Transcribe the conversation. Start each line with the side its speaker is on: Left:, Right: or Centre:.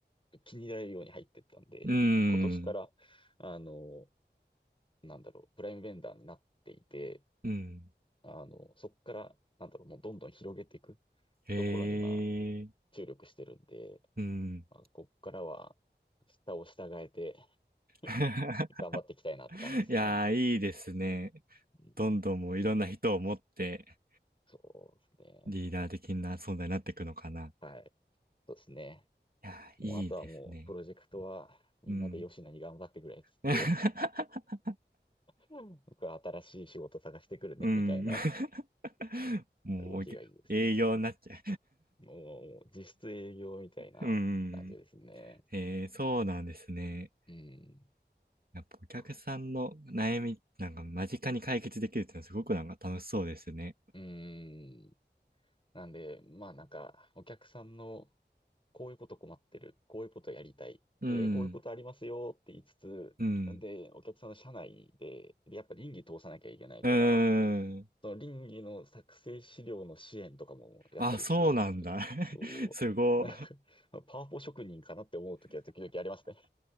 Left: 気に入られるように入ってったんで、
Right: うん。
Left: 今年から、あの、なんだろう、プライムベンダーになっていて、
Right: うん
Left: あの、そこから、なんだろう、もうどんどん広げていく
Right: へえ。
Left: ところに、まあ、注力してるんで、
Right: うん。
Left: まあ、ここからは、下を従えて <laughs>
Right: <laughs>
Left: 頑張っていきたいなって感じですね。
Right: <laughs> いやー、いいですね。
Left: うん、
Right: どんどんもういろんな人を持って
Left: そうですね。
Right: リーダー的な存在になっていくのかな。
Left: はい。そうですね。
Right: いやー、
Left: もう、
Right: いいですね。
Left: あとはもう、プロジェクトは、みんなで吉野に頑張ってくれっつって、
Right: うん。<laughs>
Left: うん僕は新しい仕事探してくるね、
Right: うん。
Left: みたいな
Right: <laughs>
Left: <laughs>
Right: もうおけ、
Left: 動きがいいですね。
Right: 営業になっちゃ
Left: もう、もう実質営業みたいな感じですね。
Right: う。うん。<laughs> えー、そうなんですね。
Left: うん。
Right: やっぱお客さんの悩みなんか間近に解決できるっていうのはすごくなんか楽しそうですね。
Left: あうーん。なんで、まあなんか、お客さんの、こういうこと困ってる、こういうことやりたい、
Right: うん。
Left: えーこういうことありますよって言いつつ、
Right: うん。
Left: で、お客さんの社内で、でやっぱ倫理通さなきゃいけないから、
Right: うーん。
Left: その倫理の作成資料の支援とかもやったりして、
Right: あ、そうなんだ。<laughs>
Left: そう、
Right: すご。
Left: な <laughs> パワポ職人かなって思う時は時々ありますね。